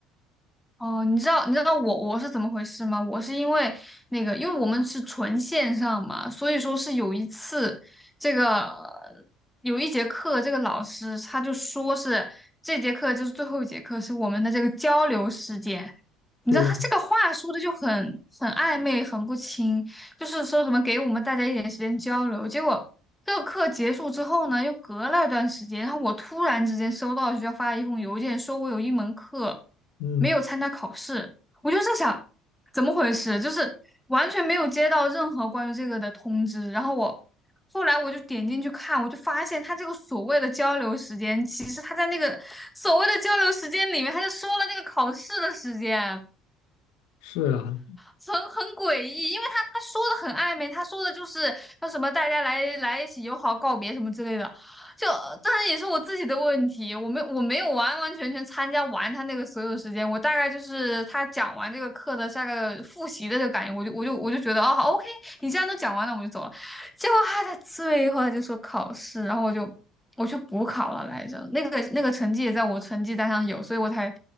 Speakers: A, in the centre; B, on the left (about 85°).
A: 哦，你知道你知道我我是怎么回事吗？我是因为那个，因为我们是纯线上嘛，所以说是有一次，这个有一节课，这个老师他就说是这节课就是最后一节课，是我们的这个交流时间。你知道他这个话说的就很
B: 对，
A: 很暧昧，很不清，就是说什么给我们大家一点时间交流，结果。这个课结束之后呢，又隔了一段时间，然后我突然之间收到学校发了一封邮件，说我有一门课
B: 嗯，
A: 没有参加考试，我就在想怎么回事，就是完全没有接到任何关于这个的通知。然后我后来我就点进去看，我就发现他这个所谓的交流时间，其实他在那个所谓的交流时间里面，他就说了那个考试的时间。
B: 是啊，
A: 很很诡异，因为他他说的很暧昧，他说的就是说什么大家来来一起友好告别什么之类的，就当然也是我自己的问题，我没我没有完完全全参加完他那个所有时间，我大概就是他讲完这个课的下个复习的这个感觉，我就我就我就觉得啊哦好 OK，你既然都讲完了，我就走了。结果他在最后他就说考试，然后我就我去补考了来着，那个那个成绩也在我成绩单上有，所以我才